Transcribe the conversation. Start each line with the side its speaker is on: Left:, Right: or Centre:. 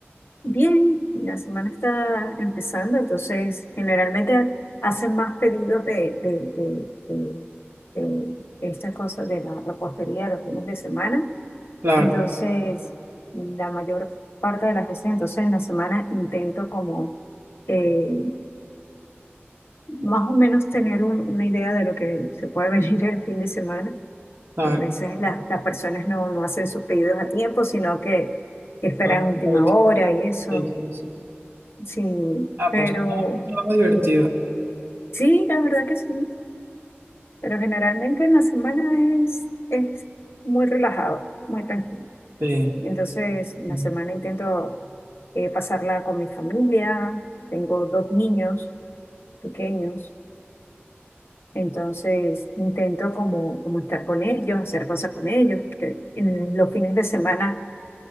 Left: Bien, la semana está empezando, entonces generalmente hacen más pedidos de, de, de- de- de estas cosas de la repostería los fines de semana.
Right: Claro,
Left: Entonces, la mayor parte de las veces, entonces en la semana intento como eh, más o menos tener un- una idea de lo que se puede <laughs> venir el fin de semana.
Right: claro.
Left: A veces las las personas no, no hacen sus pedidos a tiempo, sino que que esperan
Right: claro.
Left: última
Right: Hoy
Left: hora y eso.
Right: Sí, sí, sí.
Left: Sí,
Right: Ah,
Left: pero
Right: pues no, es un trabajo divertido.
Left: sí, la verdad que sí. Pero generalmente en la semana es, es muy relajado, muy tranquilo.
Right: Sí,
Left: Entonces, en
Right: mm,
Left: la semana intento eh, pasarla con mi familia. Tengo dos niños pequeños. Entonces, intento como, como estar con ellos, hacer cosas con ellos. Porque en los fines de semana